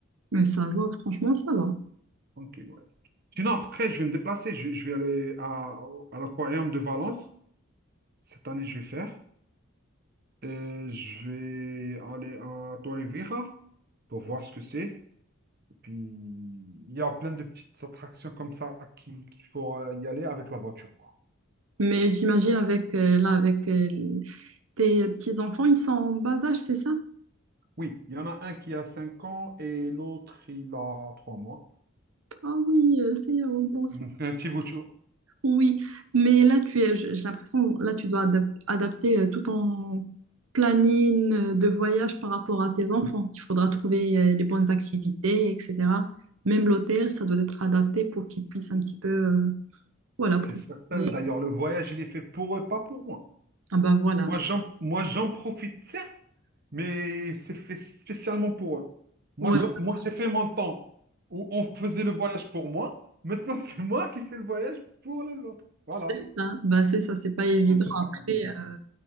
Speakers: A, on the right (about 85°); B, on the right (about 50°).
A: Mais ça va, franchement, ça va.
B: Tranquille, ouais. Sinon, après, je vais me déplacer. Je, je vais aller à, à l'aquarium de Valence. Cette année, je vais faire. Euh, je vais aller à Torrevieja pour voir ce que c'est. Et Puis, il y a plein de petites attractions comme ça qui- qu'il faut euh, y aller avec la voiture, quoi.
A: Mais j'imagine avec euh, là, avec euh, tes petits-enfants, ils sont en bas âge, c'est ça?
B: Oui, il y en a un qui a 5 ans et l'autre, il a 3 mois.
A: Ah oui, euh, c'est euh, bon, c'est
B: <laughs> Un petit bout de chou.
A: Oui, mais là, tu es, j'ai j'ai l'impression, là, tu dois adap- adapter euh, tout ton planning euh, de voyage par rapport à tes enfants. Il faudra trouver euh, les bonnes activités, etc. Même l'hôtel, ça doit être adapté pour qu'ils puissent un petit peu, euh, voilà, profiter.
B: C'est certain. D'ailleurs, le voyage, il est fait pour eux, pas pour moi.
A: Ah bah voilà.
B: Moi, j'en, moi, j'en profite, certes, mais c'est fait spécialement pour eux. Moi,
A: Ouais,
B: je-
A: Oui,
B: moi, j'ai fait mon temps où on faisait le voyage pour moi. Maintenant, <laughs> c'est moi qui fais le voyage pour les autres. Voilà.
A: c'est ça. Bah c'est ça, c'est pas évident.
B: Ouais, c'est ça
A: Après,
B: la vie.
A: euh,